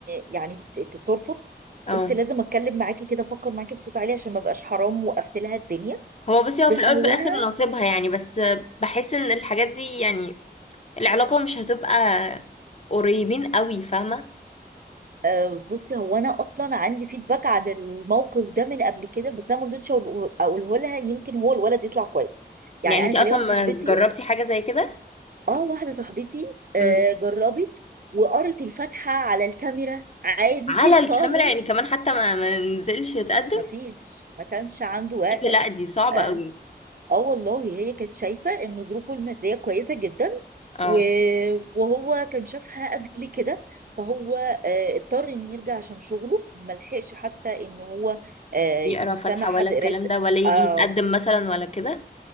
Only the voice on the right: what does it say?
يعني ت- ترفض
قلت لازم اتكلم معاكي كده افكر معاكي بصوت عالي عشان ما بقاش حرام وقفت لها الدنيا
بس
هو
انا
آه، بصي هو انا اصلا عندي فيدباك عن الموقف ده من قبل كده بس انا ما رضيتش أقول- اقوله لها يمكن هو الولد يطلع كويس يعني
انا
كان
ليا واحده
صاحبتي
اه واحده صاحبتي آه،
جربت وقرت الفاتحه على الكاميرا عادي
<laughs>
خالص
مفيش ما كانش عنده وقت
آه،
اه والله هي كانت شايفة ان ظروفه المادية كويسة جدا
و... وهو كان شافها قبل كده فهو آه، اضطر ان يرجع عشان شغله ملحقش حتى ان هو آه، يستنى
لحد
قراية
آه